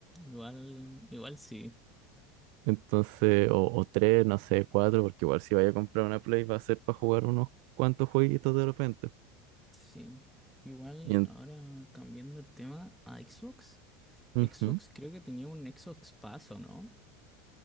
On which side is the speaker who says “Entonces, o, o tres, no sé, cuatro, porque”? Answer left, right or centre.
Right